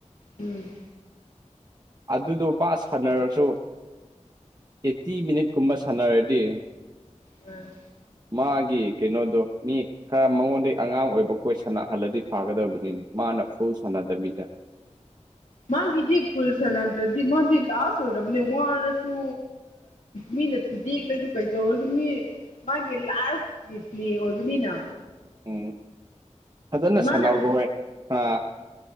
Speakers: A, on the left; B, on the right.
A: ꯎꯝ
B: ꯑꯗꯨꯗꯣ ꯕꯥ ꯁꯥꯟꯅꯔꯁꯨ ꯑꯦꯠꯇꯤ ꯃꯤꯅꯤꯠꯀꯨꯝꯕ ꯁꯥꯟꯅꯔꯗꯤ
A: ꯎꯝ
B: ꯃꯥꯒꯤ ꯀꯩꯅꯣꯗꯣ ꯃꯤ ꯈꯔ ꯃꯉꯣꯟꯗꯒꯤꯩ ꯑꯉꯥꯡ ꯑꯣꯏꯕ ꯀꯣꯏ ꯁꯥꯟꯅꯍꯜꯂꯗꯤ ꯐꯥꯒꯗꯕꯅꯤꯅ ꯃꯥꯅ ꯐꯨꯜ ꯁꯥꯟꯅꯗꯕꯕꯤꯗꯅ
A: ꯃꯥꯒꯤꯗꯤ ꯄꯨꯜꯁꯅꯗ꯭ꯔꯗꯤ ꯃꯥꯗꯤ ꯂꯥꯁ ꯑꯣꯏꯔꯕꯅꯦ ꯋꯥꯔꯁꯨ ꯃꯤꯅ ꯈꯨꯗꯦꯛꯂꯁꯨ ꯀꯩꯗꯧꯔꯁꯨ ꯃꯤ ꯃꯥꯒꯤ ꯂꯥꯏꯐꯀꯤ ꯄ꯭ꯂꯦ ꯑꯣꯏꯕꯅꯤꯅ
B: ꯎꯝ ꯐꯖꯅ
A: ꯃꯥꯅ
B: ꯁꯥꯟꯅꯕꯕ ꯍꯣꯏ ꯑ